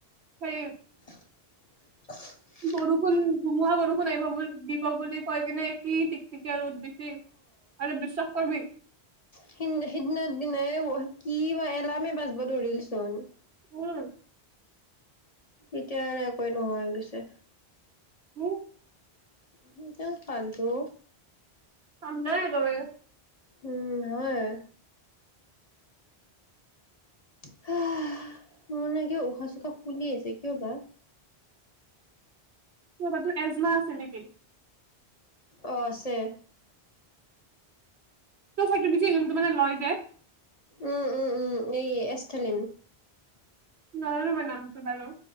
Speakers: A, on the right; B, on the left.
A: সেই
B: <inaudible>
A: বৰষুণ ধুমুহা বৰষুণ আহিব বুলি দিব বুলি কৈ কিনে কি টিক-টিক এতিয়া ৰ'দ বেছি আৰু বিশ্বাস কৰিবি
B: সিদিনা সিদিনা দিনাই কি বা এলাৰ্মে বাজিব ধৰিল চোন।
A: উম!
B: এতিয়া আৰু একোৱেই নোহোৱা হৈ গৈছে।
A: হুম!
B: কি যে ফালটো।
A: সন্দেহ একেবাৰে।
B: উম! হয়। <unintelligible> মোৰ নে কিয় উশাহ-চুশাহ ফুলি আহিছে কিয় বা?
A: ৰবা তোৰ এজমা আছিল নেকি?
B: অঁ! আছে।
A: তোক সেইটো বুজি যোনটো মানে লয় যে।
B: উম-উম-উম! এই এষ্টেলিন।
A: নোৱাৰোঁ মই নামতো বাৰু।